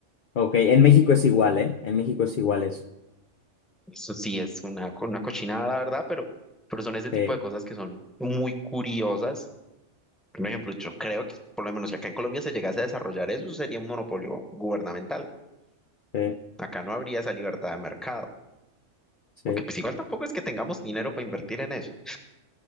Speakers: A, on the left (about 55°); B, in the centre.
A: Ok, en México es igual, ¿eh? En México es igual eso.
B: Eso sí es una, co- una cochinada, la verdad, pero, pero son ese
A: Sí,
B: tipo de cosas que son muy curiosas. Por ejemplo, yo creo que por lo menos si acá en Colombia se llegase a desarrollar eso, sería un monopolio gubernamental.
A: sí,
B: Acá no habría esa libertad de mercado,
A: sí.
B: porque pues igual tampoco es que tengamos dinero para invertir en eso.